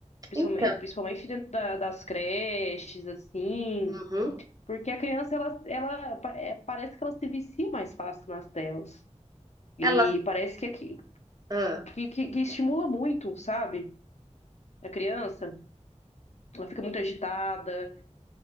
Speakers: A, on the left (about 65°); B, on the right (about 30°).
A: Principalmente,
B: Então,
A: principalmente dentro da- das creches, assim,
B: uhum.
A: porque a criança, ela, ela pa- é, parece que ela se vicia mais fácil nas telas. E
B: Elas,
A: parece que, que,
B: ah,
A: que que estimula muito, sabe? A criança. Ela fica muito agitada.